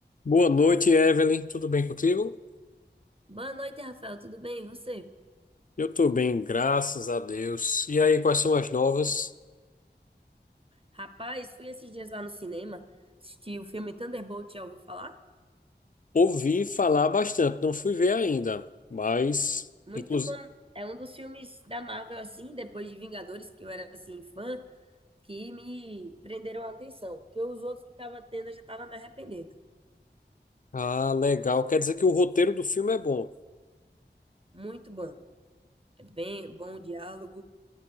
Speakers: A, on the left; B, on the right.
A: Boa noite, Evelyn. Tudo bem contigo?
B: Boa noite, Rafael. Tudo bem? E você?
A: Eu tô bem, graças a Deus. E aí, quais são as novas?
B: Rapaz, fui esses dias lá no cinema assistir o filme Thunderbolt, já ouviu falar?
A: Ouvi falar bastante, não fui ver ainda, mas
B: Muito
A: inclusive.
B: bom. É um dos filmes da Marvel, assim, depois de Vingadores, que eu era, assim, fã, que me prenderam a atenção. Porque os outros que tava tendo, eu já tava me arrependendo.
A: Ah, legal. Quer dizer que o roteiro do filme é bom.
B: Muito bom. É bem bom o diálogo,